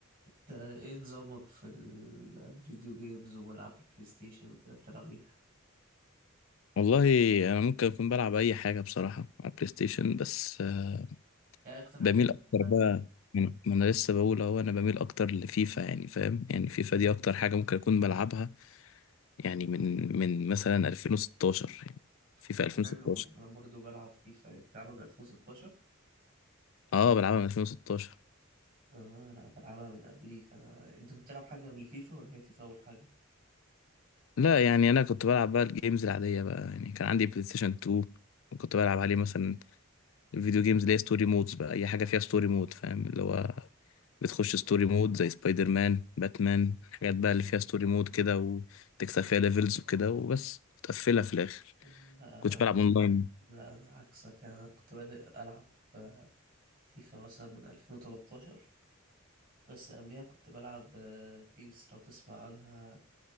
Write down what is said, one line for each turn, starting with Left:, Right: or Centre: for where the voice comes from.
Right: انت ايه نظامك في الفيديو جيمز والعاب البلاي ستيشن وكده بتلعب ايه؟
Left: والله انا ممكن اكون بلعب اي حاجه بصراحه على البلاي ستيشن بس آه،
Right: ايه اكتر حاجة
Left: بميل
Right: بتحبها
Left: اكتر بقى
Right: يعني؟
Left: ما انا ما أنا لسه بقول اهو انا بميل اكتر لفيفا يعني فاهم يعني فيفا دي اكتر حاجه ممكن اكون بلعبها يعني من من مثلا 2016 يعني فيفا
Right: طب
Left: 2016
Right: حلو انا برضو بلعب فيفا يعني بتلعبها من 2016
Left: اه بلعبها من 2016
Right: اه لا بلعبها من قبليك انا انت كنت بتلعب حاجة قبل فيفا ولا هي فيفا اول حاجة؟
Left: لا يعني انا كنت بلعب بقى الجيمز العاديه بقى يعني كان عندي بلاي ستيشن 2 وكنت بلعب عليه مثلا الفيديو جيمز اللي هي ستوري مودز بقى اي حاجه فيها ستوري مود فاهم اللي هو بتخش ستوري مود زي سبايدر مان باتمان حاجات بقى اللي فيها ستوري مود كده وتكسب فيها ليفلز وكده وبس تقفلها في الاخر
Right: آه، لا انا
Left: كنتش بلعب اونلاين
Right: لا انا عكسك يعني انا كنت بادئ العب آه، فيفا مثلا من 2013 بس قبليها كنت بلعب آه، بيس لو تسمع عنها